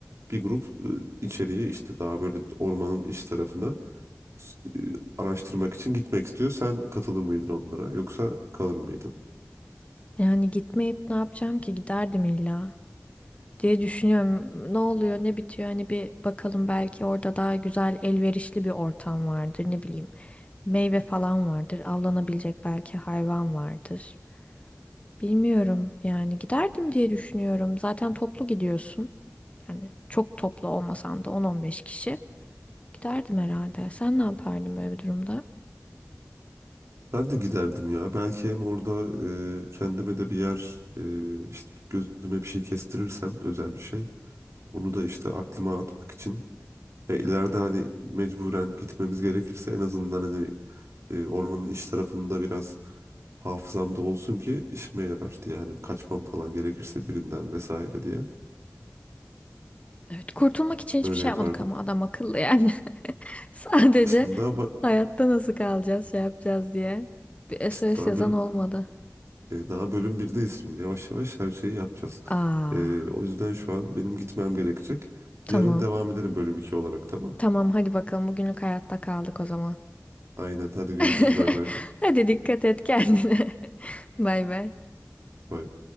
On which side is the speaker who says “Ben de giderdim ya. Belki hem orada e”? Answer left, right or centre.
Right